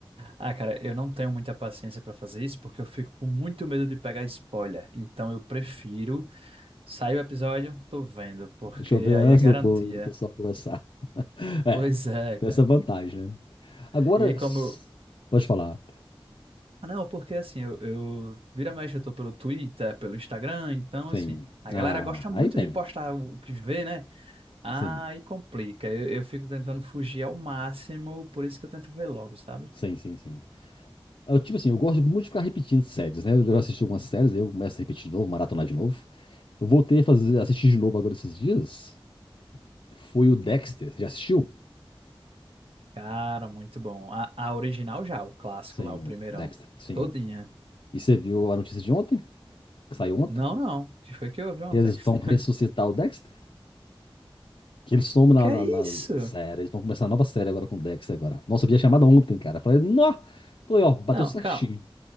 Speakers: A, on the right (about 80°); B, on the left (about 65°).
A: Ah, cara, eu não tenho muita paciência pra fazer isso porque eu fico com muito medo de pegar spoiler. Então eu prefiro sair o episódio, tô vendo, porque
B: Deixa eu
A: aí
B: ver antes
A: é garantia.
B: do, povo- do pessoal conversar. <laughs> É,
A: Pois é,
B: tem
A: cara.
B: essa vantagem, né? Agora,
A: E aí, como
B: s- pode falar.
A: Ah, Não, porque assim, eu, eu vira e mexe, eu tô pelo Twitter, pelo Instagram, então
B: Sim.
A: assim, a
B: Ah,
A: galera gosta
B: aí
A: muito
B: tem.
A: de postar o que vê, né? Aí
B: Sim.
A: complica. Eu, eu fico tentando fugir ao máximo, por isso que eu tento ver logo, sabe?
B: Sim, sim, sim. Eu, tipo assim, eu gosto muito de ficar repetindo séries, né? Eu já assisti algumas séries, aí eu começo a repetir de novo, maratonar de novo. Eu voltei a fazer, assistir de novo agora esses dias. Foi o Dexter. Já assistiu?
A: Cara, muito bom. A, a original já, o clássico
B: Sim,
A: lá, o primeirão.
B: Dexter, sim.
A: Todinha.
B: E você viu a notícia de ontem, que saiu ontem?
A: Não, não. O que foi que eu ouvi ontem?
B: Que eles
A: <laughs>
B: vão ressuscitar o Dexter? Que ele some na,
A: Que é
B: na, na
A: isso?
B: série. Eles vão começar a nova série agora com o Dexter agora. Nossa, eu vi a chamada ontem, cara. Falei, nó! Falei, ó, bateu
A: Não,
B: certinho.
A: calma.